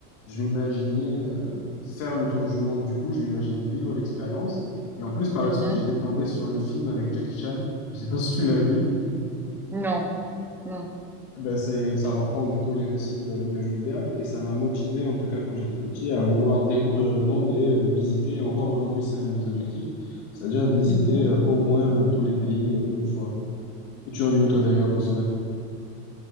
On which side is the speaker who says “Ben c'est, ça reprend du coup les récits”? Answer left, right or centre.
Left